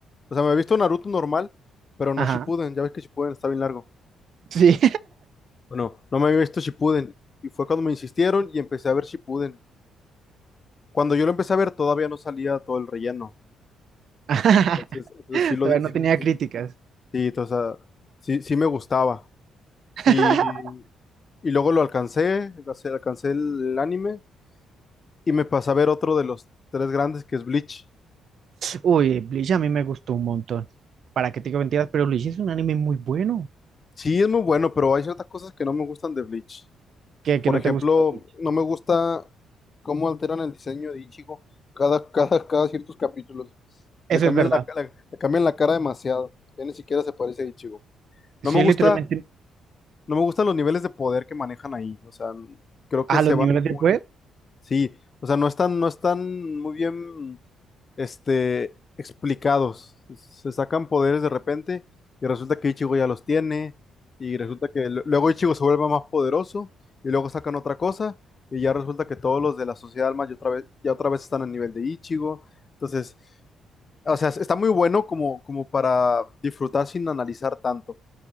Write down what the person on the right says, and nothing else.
Ajá.
Sí.
<laughs>
Todavía
no tenía
críticas.
<laughs>
Uy, Bleach a mí me gustó un montón. ¿Para qué te digo mentiras? Pero Bleach es un anime muy bueno.
Que, que
no
te gustó Bleach.
Eso
es verdad.
Sí,
literalmente.
A
los
niveles
de web,